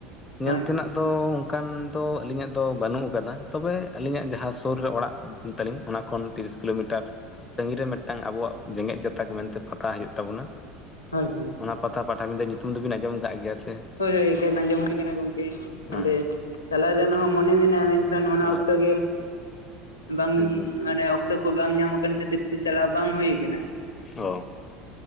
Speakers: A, on the left; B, on the left.
A: ᱧᱮᱞ
B: ᱦᱳᱭ
A: ᱛᱮᱱᱟᱜ
B: ᱦᱳᱭ
A: ᱫᱚ ᱫᱚ ᱚᱱᱠᱟᱱ ᱫᱚ ᱟᱹᱞᱤᱧᱟᱜ ᱫᱚ ᱵᱟᱹᱱᱩᱜ ᱟᱠᱟᱫᱟ ᱛᱚᱵᱮ ᱟᱹᱞᱤᱧᱟᱜ ᱡᱟᱦᱟᱸ ᱥᱩᱨ ᱨᱮ ᱚᱲᱟᱜ ᱛᱟᱹᱞᱤᱧ ᱚᱱᱟ ᱠᱷᱚᱱ ᱛᱤᱨᱤᱥ ᱠᱤᱞᱳᱢᱤᱴᱟᱨ ᱥᱟᱺᱜᱤᱧ ᱨᱮ ᱢᱤᱫᱴᱟᱝ ᱟᱵᱚᱣᱟᱜ ᱡᱜᱮᱛ ᱡᱟᱛᱟᱠ ᱢᱮᱱᱛᱮ ᱛᱮ ᱯᱷᱟᱛᱟ ᱦᱩᱭᱩᱜ ᱛᱟᱵᱚᱱᱟ
B: ᱦᱳᱭ ᱦᱳᱭ
A: ᱚᱱᱟ ᱯᱟᱛᱷᱟ ᱯᱟᱴᱟ ᱵᱤᱸᱫᱷᱟᱹ ᱧᱩᱛᱩᱢ ᱫᱚᱵᱤᱱ ᱟᱸᱡᱚᱢ ᱟᱠᱟᱜ ᱜᱮᱭᱟ ᱥᱮ
B: ᱦᱳᱭ ᱦᱳᱭ ᱟᱸᱡᱚᱢ ᱦᱩᱭᱩ ᱟᱠᱟᱱᱟ ᱜᱚᱝᱠᱮ
A: ᱦᱮᱸ
B: ᱚᱸᱰᱮ ᱪᱟᱞᱟᱜ ᱨᱮᱱᱟᱜ ᱦᱚᱸ ᱢᱚᱱᱮ ᱢᱮᱱᱟᱜᱼᱟ ᱢᱮᱱ ᱠᱷᱟᱱ ᱚᱱᱟ
A: ᱚ
B: ᱚᱠᱛᱚ ᱜᱮ ᱵᱟᱝ
A: ᱟᱪᱪᱷᱟ
B: ᱢᱟᱱᱮ ᱚᱛᱚ ᱠᱚ ᱵᱟᱝ ᱧᱟᱢ ᱟᱠᱟᱱ ᱠᱷᱟᱹᱛᱤᱨ ᱛᱮ ᱪᱟᱞᱟᱣ ᱵᱟᱝ ᱦᱩᱭᱩ ᱟᱠᱟᱱᱟ
A: ᱚ